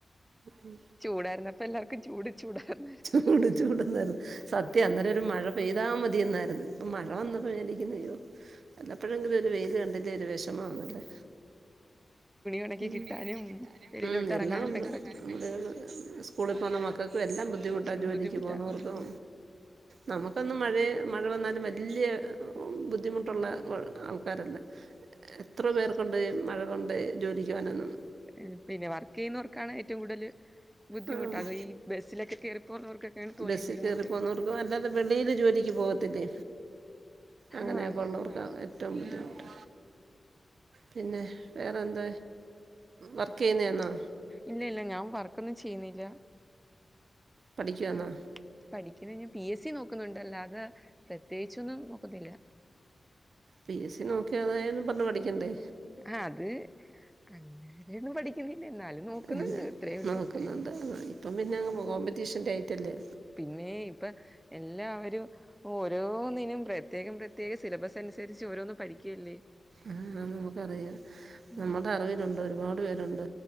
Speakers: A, on the right; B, in the centre.
A: ഉം.
B: ചൂടാര്ന്നപ്പൊ എല്ലാർക്കു ചൂട് ചൂടാർന്ന്.
A: ചൂട് ച്ചൂടെന്നായിരുന്നു സത്യം അന്നേരം ഒരു മഴ പെയ്താ മതിയന്നാര്ന്ന് ഇപ്പൊ മഴ വന്നപ്പൊ
B: അപ്പൊ
A: മേതി. ഇന്ന് വെയ്യോ വല്ലപ്പഴെങ്കിലൊരു വെയില് കണ്ടില്ലേല് ഒര് വെഷമാന്നല്ലെ.
B: ഒണക്കി
A: തുണി
B: കിട്ടാനും
A: ഒണക്കി കിട്ടാനും
B: വെളിയിലോട്ട്
A: ഉം
B: എറങ്ങാനും
A: എല്ലാം ഉണ്ട്.
B: ഭയങ്കര
A: <unintelligible>
B: ബുദ്ധിമുട്ടാ
A: സ്കൂളി പോവുന്ന മക്കൾക്കും എല്ലാം ബുദ്ധിമുട്ട ജോലിക്ക്
B: ബുദ്ധിമുട്ടാ
A: പോന്നവർക്കും.
B: ഉം <inaudible>
A: നമുക്കൊന്നും മഴയ മഴ വന്നാലും വലിയ ബുദ്ധിമുട്ടുള്ള ആൾക്കാരല്ല എത്ര പേർ കൊണ്ട് മഴകൊണ്ട് ജോലിക്കു പൊവാനൊന്നും
B: ഏഹ് പിന്നെ വർക്കിയ്യോന്നോർക്കാണ് ഏറ്റവും കൂടുതല് ബുദ്ധിമുട്ട്
A: ആഹ്
B: അത് ഈ ബസ്സിലൊക്കെ കേറി പോകുന്നവർക്കൊക്കെയാണ് തോനേം
A: ബസി
B: ബുദ്ധിമുട്ട്
A: കേറി പോന്നവർക്കും അല്ലാതെ വെളിയില് ജോലിക്ക് പോവ ത്തിലെ അങ്ങനെയൊക്കെ
B: ആ
A: ഉള്ളവർക്ക ഏറ്റവും
B: ആ
A: ബുദ്ധിമുട്ട് പിന്നെ വേറെന്ത വർക്കിയ്യ്ന്നാന്നൊ
B: ഇല്ല ഇല്ല ഞാൻ വർക്കൊന്നും ചെയ്യുന്നില്ല
A: പഠിക്കാന്നൊ
B: ആഹ് പഠിക്കുന്ന പീ എസ്സി നോക്കുന്നുണ്ട് അല്ലാതെ പ്രത്യേകിച്ചൊന്നും നോക്കുന്നില്ല
A: പീ എസ്സി നോക്കി അതായെന്ന് പറഞ്ഞ് പഠിക്കണ്ടേ
B: ആഹ് അത് അങ്ങനെയൊന്നും പഠിക്കിന്നില്ല എന്നാലും നോക്കുന്നുണ്ട്
A: അല്ല
B: അത്രയേ ഉള്ളൂ
A: നോക്കുന്നുണ്ട് ഇപ്പം പിന്നെ കോമ്പറ്റീഷൻ്റെ ആയിട്ടല്ലെ
B: പിന്നേ ഇപ്പ എല്ലാവരും ഓരോന്നിനും പ്രത്യേകം പ്രത്യേക സിലബസ് അനുസരിച്ച് ഓരോന്ന് പഠിക്കല്ലെ
A: ആഹ് ‌നമുക്കറിയാം
B: ഉം
A: നമ്മടെ അറിവിലുണ്ട് ഒരുപാട് പേരുണ്ട്